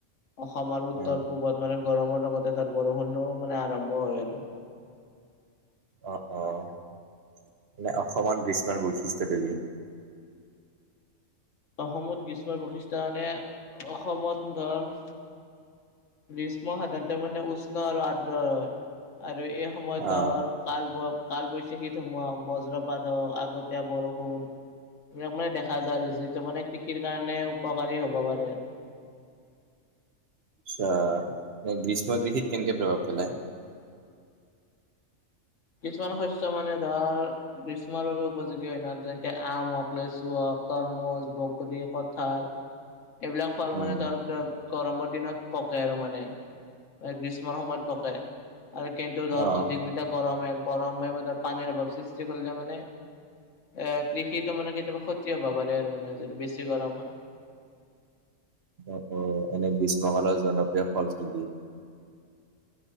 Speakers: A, on the left (about 65°); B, on the right (about 55°).
A: অসম আৰু উত্তৰ
B: উম
A: পূৱত মানে গৰমৰ লগতে তাত বৰষুণো মানে আৰম্ভ হয় আৰু।
B: অ', অ', এনে অসমত গ্ৰীষ্মৰ বৈশিষ্টটো কি?
A: অসমত গ্ৰীষ্ম প্ৰশিষ্ঠানে অসমত ধৰ গ্ৰীষ্ম সাধাৰণতে মানে উষ্ণ আৰু আদ্ৰ হয় আৰু এই সময়ত
B: অ
A: ধৰ কালব কালবৈশাখী সোমাওক বজ্ৰপাত হওক আগতীয়া বৰষুণ। এইবিলাক মানে দেখা যায় আৰু যিটো মানে কৃষিৰ কাৰণে উপকাৰী হ'ব পাৰে আৰু।
B: আচ্ছা গ্ৰীষ্ম গৃহত কেনেকেই প্ৰভাৱ পেলায়।
A: কিছুমান শস্য মানে ধৰ গ্ৰীষ্মৰ বাবে উপযোগী হয় ন তেনেকে আম হওক লেচু হওক তৰমুজ বগৰী কঠাল।
B: <inaudible>
A: এইবিলাক ফল
B: উম
A: মানে ধৰক গৰমৰ দিনত পকাই আৰু মানে এক গ্ৰীষ্ম সময়ত পকে। আৰু কিন্তু ধৰ
B: অ
A: অধিক যেতিয়া গৰমে - গৰমে ম ধৰ পানীৰ অভাৱ সৃষ্টি কৰিলে মানে এ কৃষিতো মানে কেতিয়াবা ক্ষতি হ'ব পাৰে আৰু মানে যদি বেছি গৰম হয়।
B: অ', অ', এনে গ্ৰীষ্মকালৰ জনপ্ৰিয় ফল কি - কি?